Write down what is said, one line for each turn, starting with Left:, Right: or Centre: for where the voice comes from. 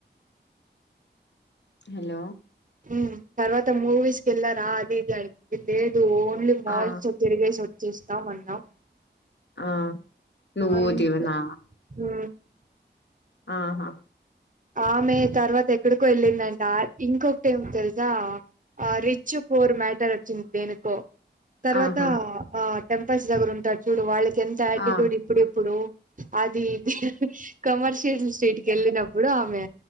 Left: హలో
Right: హు తర్వాత మూవీస్ కెల్లారా అది ఇది అడిగితే ఓన్లీ మాల్స్
Left: ఆ
Right: తిరిగేసి వచ్చేస్తాం అన్నాం
Left: ఆ నువ్వు
Right: అంతే
Left: జీవనా
Right: హు
Left: ఆహా
Right: ఆమె తర్వాత ఎక్కడికో వెళ్ళిందంట ఇంకొకటీ ఏం తెలుసా ఆ రిచ్ పోర్ మ్యాట్ టర్ వచ్చింది దేనికో తర్వాత
Left: ఆహా
Right: ఆ ఆ టెంపుల్స్ దగ్గర ఉంటారు చూడు వాలి ఎంతఆటిట్యూడ్
Left: ఆ
Right: ఇప్పుడు ఇప్పుడు అది ఇది ని కమర్షియల్ స్ట్రీట్ కి వెళ్ళినం ప్పుడు ఆమె